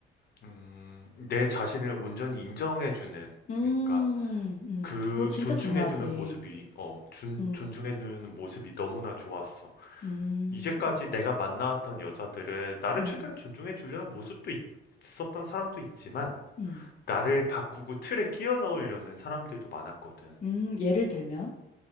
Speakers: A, on the left; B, on the left.
A: 음 내 자신을 온전히 인정해 주는
B: 음.
A: 그러니까
B: 음.
A: 그
B: 그거 진짜
A: 존중해
B: 중요하지.
A: 주는 모습이 어 준
B: 음.
A: 존중해 주는 모습이 너무나 좋았어.
B: 음.
A: 이제까지
B: 음.
A: 내가 만나왔던 여자들은 나를
B: 음.
A: 최대한 존중해 주려는 모습도 있 있었던 사람도 있지만
B: 음.
A: 나를 바꾸고 틀에 끼워 넣으려는 사람들도 많았거든.
B: 음. 예를 들면?